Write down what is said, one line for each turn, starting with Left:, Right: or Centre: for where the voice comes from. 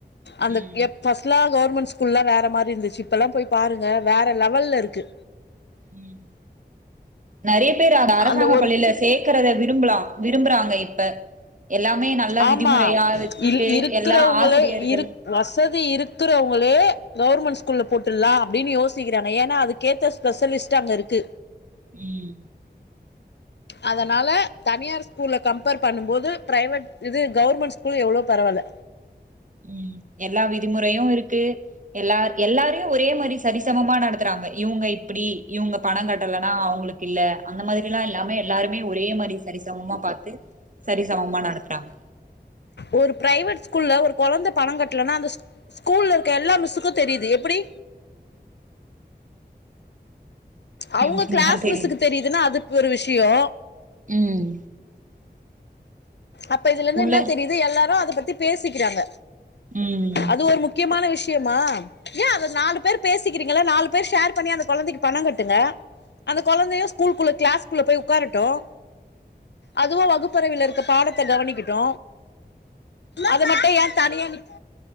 Left: அந்தக்
Right: ம்
Left: எப் ஃபஸ்ட்லா கவுர்மண்ட் ஸ்கூல்லா வேற மாரி இர்ந்துச்சு இப்பலா போய் பாருங்கள் வேறு லெவல்ல இருக்கு
Right: ம் நறிய பேர் அத அரசாங்க
Left: அந்த ஒரு
Right: பள்ளில சேக்கறத விரும்புலா விரும்புறாங்க இப்ப எல்லாமே நல்லா
Left: ஆமா
Right: விதிமுறையா வெச்சுட்டே
Left: இல் இருக்கிறவங்களே
Right: எல்லா ஆசிரியர்கள்
Left: இருக் வசதி இருக்குறவுங்களே கவுர்மண்ட் ஸ்கூல்ல போட்டுல்லா அப்டின் யோசிக்கிறாங்க ஏன்னா அதுக் கேத்த ஸ்பெஷலிஸ்ட்டு அங்க இருக்கு
Right: ம்
Left: அதனால தனியார் ஸ்கூல்ல கம்பேர் பண்ணும் போது பிரைவேட் இது கவர்மெண்ட் ஸ்கூல் எவ்ளோ பரவால்ல
Right: ம் எல்லா விதிமுறையு இருக்கு எல்லார் எல்லாரையும் ஒரே மாரி சரி சமமா நடத்துறாங்க இவுங்க இப்பிடி இவுங்க பணம் கட்டலனா அவங்குளுக் இல்ல அந்த மாதிரில்லா இல்லாம எல்லாருமே ஒரே மாரி சரிசமமா பாத்து சரிசமமா நடத்துறாங்க
Left: ஒரு பிரைவேட் ஸ்கூல்ல ஒரு கொழந்த பண கட்டலன்னா அந்த ஸ்கூல்ல இருக்க எல்லா மிஸ்ஸுக்கு தெரியிது எப்பிடி அவுங்க
Right: எப்டின்தா
Left: கிளாஸ்
Right: தெரில
Left: மிஸ்ஸுக்கு தெரியுதுன்னா அது ஒரு விஷியோ
Right: ம்
Left: அப்ப இதுல இருந்து
Right: உள்ள
Left: இன்ன தெரியுது எல்லாரு அத பத்தி பேசிக்கிறாங்க
Right: ம்
Left: அது ஒரு முக்கியமான விஷயமா ஏன் அத நாலு பேர் பேசிக்கிறீங்கள நாலு பேர் ஷேர் பண்ணி அந்த கொழந்தைக்கு பணம் கட்டுங்க அந்த கொழந்தையும் ஸ்கூல்க்குள்ள கிளாஸ்க்குள்ள போய் உக்காரட்டும் அதுவோ வகுப்பறயில இருக்க பாடத்த கவனிக்கட்டு அத மட்டு ஏன் தனியா நிக்